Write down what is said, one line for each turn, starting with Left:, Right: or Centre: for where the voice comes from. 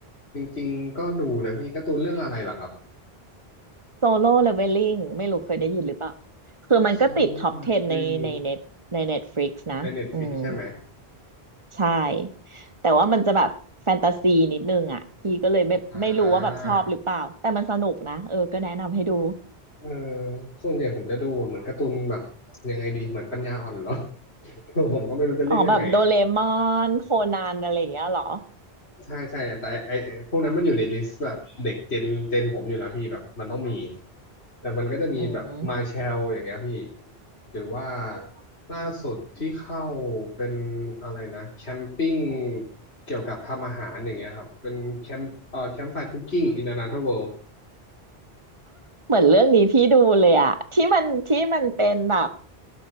Left: จริงๆก็ดูนะพี่การ์ตูนเรื่องอะไรเหรอครับ
Right: โซโล่เลเวลลิ่งไม่รู้เคยได้ยินหรือเปล่าคือมันก็ติดท็อป10
Left: โซโล่นักเรง
Right: ในในเน็ตในเน็ตฟลิกซ์นะอืม
Left: ในเน็ตฟลิกใช่ไหม
Right: ใช่แต่ว่ามันจะแบบแฟนตาซีนิดนึงอ่ะพี่ก็เลยไม่ไม่รู้ว่าแบบชอบหรือเปล่าแต่มันสนุกนะเออก็แนะนำให้ดู
Left: อ่าเออส่วนใหญ่ผมจะดูแบบเหมือนการ์ตูนแบบยังไงดีเหมือนปัญญาอ่อนเหรอ <laughs> ผมก็ไม่รู้จะเรียกยังไง
Right: อ๋อแบบโดเรมอนโคนันอะไรอย่างเงี้ยเหรอ
Left: ใช่ใช่แต่ไอไอ้พวกนั้นมันอยู่ในลิสต์แบบเด็กเจนเจนผมอยู่แล้วพี่แบบมันต้องมีแต่มันก็จะมีแบบมาเชลอย่างเงี้ยพี่
Right: อืม
Left: หรือว่าล่าสุดที่เข้าเป็นอะไรนะแคมปิ้งเกี่ยวกับทำอาหารอย่างเงี้ยครับเป็นแคมเอ่อแคมป์ไฟคุกกิ้งอินอนาเธอร์เวิล
Right: เหมือนเรื่องนี้พี่ดูเลยอะที่มันที่มันเป็นแบบ